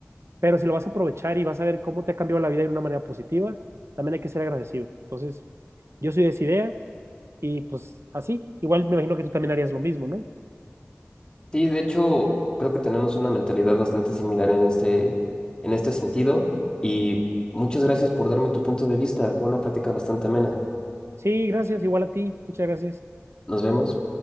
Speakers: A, on the right (about 70°); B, on the left (about 20°).
A: pero si lo vas a aprovechar y vas a ver cómo te ha cambiado la vida de una manera positiva, también hay que ser agradecido. Entonces, yo soy de esa idea y pues así, igual me imagino que tú también harías lo mismo, ¿no?
B: Sí, de hecho, creo que tenemos una mentalidad bastante similar en este, en este sentido y muchas gracias por darme tu punto de vista. Fue una plática bastante amena.
A: Sí, gracias, igual a ti, muchas gracias.
B: Nos vemos.